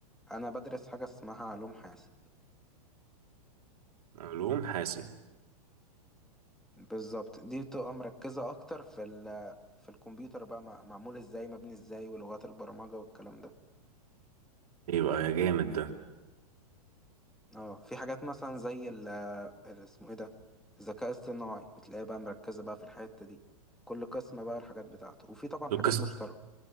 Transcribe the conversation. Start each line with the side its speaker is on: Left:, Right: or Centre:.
Centre: انا بدرس حاجة اسمها علوم حاسب
Right: علوم حاسب
Centre: بالظبط دي بتبقى مركزة اكتر في ال... في الكمبيوتر بقى مع- معمول ازاي مبني ازاي ولغات البرمجة والكلام ده
Right: ايوه يا جامد ده
Centre: اه في حاجات مثلا زي ال... ال... اسمه ايه ده الذكاء الاصطناعي بتلاقيها بقى مركزة بقى في الحتة دي كل قسم بقى الحاجات بتاعته وفي طبعا حاجات
Right: القسم
Centre: مشتركة